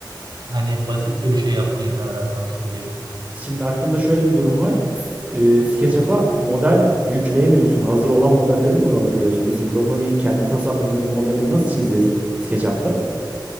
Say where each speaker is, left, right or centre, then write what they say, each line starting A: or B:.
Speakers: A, on the right (about 65°); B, on the right (about 15°).
A: hani basit de bir şey yapmayız ha ben sana söyleyeyim.
B: Şimdi aklımda şöyle bir durum var. e, SketchUp'a model yükleyemiyorsun. Hazır olan modelleri kullanabiliyorsun. Biz hidrofoniğin kendi tasarladığımız modelini nasıl çizeceğiz SketchUp'ta?